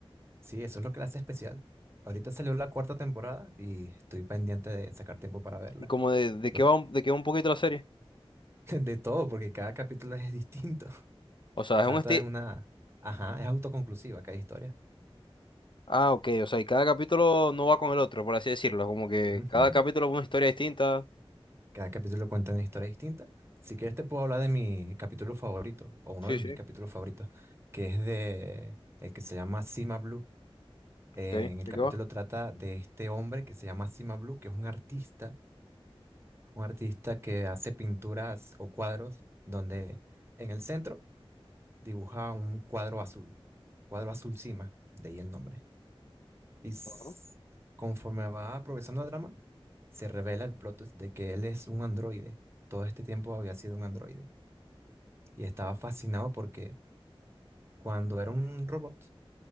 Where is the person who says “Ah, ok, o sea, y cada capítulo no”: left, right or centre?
Left